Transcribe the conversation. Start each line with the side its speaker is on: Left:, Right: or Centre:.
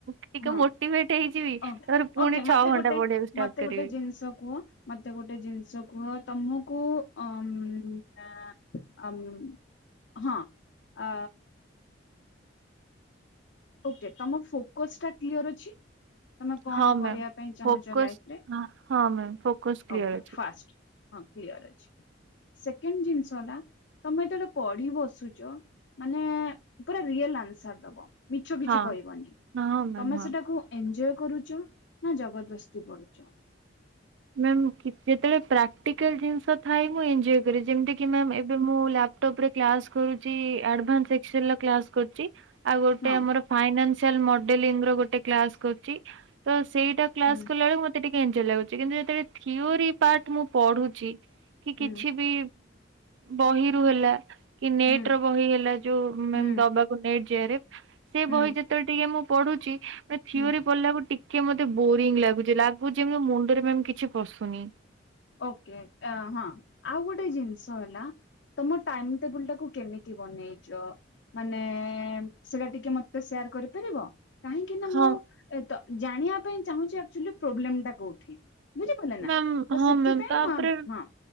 Right: ଟିକେ
Left: ହଁ
Right: ମୋଟିଭେଟ ହେଇଯିବି
Left: ଓକେ
Right: ତାପରେ ପୁଣି
Left: ଓକେ ମତେ
Right: ଛଅ ଘଣ୍ଟା
Left: ଗୋଟେ
Right: ପଢିବାକୁ ଷ୍ଟାର୍ଟ
Left: ମତେ
Right: କରିବି।
Left: ଗୋଟେ ଜିନିଷ କୁହ। ମତେ ଗୋଟେ ଜିନିଷ କୁହ ତମକୁ ଅ ନା ଆମ ହଁ ଆ। ଓକେ ତମ ଫୋକସ ଟା କ୍ଲିୟର ଅଛି। ତମେ କଣ
Right: ହଁ
Left: କରିବା
Right: ମ୍ୟାମ୍
Left: ପାଇଁ ଚାହୁଁଛ
Right: ଫୋକସ୍
Left: ଲାଇଫରେ
Right: ହଁ ମ୍ୟାମ୍ ଫୋକସ୍ କ୍ଲିୟର
Left: ଓକେ
Right: ଅଛି
Left: ଫାଷ୍ଟ। ହଁ କ୍ଲିଅର ଅଛି ସେକେଣ୍ଡ ଜିନିଷ ହେଲା। ତମେ ଏତେ ଗଟେ ପଢି ବସୁଛ ମାନେ ପୁରା ରିଅଲ ଆନ୍ସର ଦବ। ମିଛ କିଛି
Right: ହଁ
Left: କହିବନି
Right: ହଁ ମ୍ୟାମ୍
Left: ତମେ
Right: ହଁ।
Left: ସେଟାକୁ ଏନଞ୍ଜୟ କରୁଛ ନା ଜବରଦସ୍ତି ପଢୁଛ।
Right: ମ୍ୟାମ୍ ଯେତେବେଳେ ପ୍ରାକ୍ଟିକାଲ ଜିନିଷ ଥାଏ ମୁଁ ଏନ୍ଜଏ କରେ ଯେମିତି ମ ଏବେଁ ଲା ଟପ୍ ରେ କ୍ଲାସ କରଛି ଆଡଭାନ୍ସ ଏକ୍ସେଲର କ୍ଲାସ କରୁଛି। ଆଉ ଗୋଟେ
Left: ହଁ
Right: ଆମର ଫାଇନାନ୍ସିଆଲ ମଡେଲିଂ ର ଗୋଟେ କ୍ଲାସ କରୁଛି ତ ସେଇଟା କ୍ଲାସ୍
Left: ହୁଁ
Right: କଲାବେକୁ ମତେ ଟିକେ ଏଜର ଲାଗୁଛି କିନ୍ତୁ ଯେତେବେଳେ ଥିଓରି ପାର୍ଟ ମୁଁ ପଢୁଛି। କି
Left: ହୁଁ
Right: କିଛି ବି ବହିରୁ ହେଲା। କି ନେଟ
Left: ହୁଁ
Right: ର ବହି ହେଲା ଯୋଉ
Left: ହୁଁ
Right: ଦବାକୁ ନେଟ୍ ଯଆରେ ସେ
Left: ହୁଁ
Right: ବହି ଯ ଯେତେବେଳେ ଟିକେ ମୁଁ ପଢୁଛି ଥିଓରି
Left: ହୁଁ
Right: ପଢିଲାକୁ ଟିକେ ମତେ ବୋରିଙ୍ଗ ଲାଗୁଛି ଲାଗୁଛି ମୁଣ <unintelligible> କିଛି ପଶୁନି।
Left: ଓକେ ହଁ ଆଉ ଗୋଟେ ଜିନିଷ ହେଲା। ତମ ଟାଇମ ଟେବୁଲ ଟାକୁୁ କେମିତି ବନେଇଛ। ମାନେ ସେଟା ଟିକେ ମତେ ସେୟାର କରିପାରିବ କାହିଁକି ନା
Right: ହଁ।
Left: ଏ ତ ଜାଣିବା ପାଇଁ ଚାହୁଁଛି ଆଚୁଆଲି ପ୍ରୋବ୍ଲେମ ଟା କୋଉଠି? ବୁଝିପାରିଲେ ନା
Right: ମ୍ୟାମ
Left: ତ ସେଥିପାଇଁ
Right: ତାପରେ
Left: ମୁଁ ହଁ